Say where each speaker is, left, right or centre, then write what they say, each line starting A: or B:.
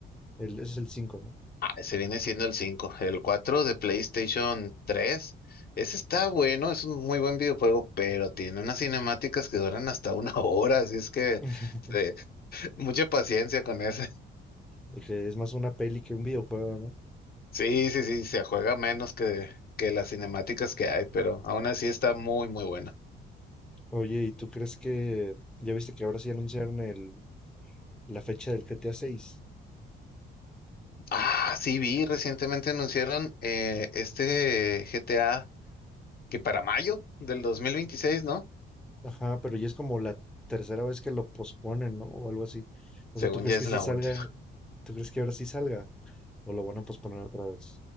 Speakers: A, in the centre; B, on the left.
A: El, ese es el cinco, ¿no?
B: Se viene siendo el cinco El 4 de PlayStation tres Ese está bueno, es un muy buen videojuego, pero tiene unas cinemáticas que duran hasta una <laughs> hora, así es que
A: <laughs>
B: eh, mucha paciencia con ese. <laughs>
A: De que es más una peli que un videojuego, ¿no?
B: Sí, sí, sí, se juega menos que, que las cinemáticas que hay, pero aún así está muy, muy bueno.
A: Oye, ¿y tú crees que ya viste que ahora sí anunciaron el, la fecha del GTA 6?
B: Ah, sí, vi, recientemente anunciaron eh, este GTA que para mayo del dos mil veintiséis ¿no?
A: Ajá, pero ya es como la tercera vez que lo posponen, ¿no? O algo así. O
B: Según
A: sea, ¿tú crees
B: ya es
A: que sí
B: la,
A: salga
B: ult-
A: ¿Tú crees que ahora sí salga? ¿O lo van a posponer otra vez?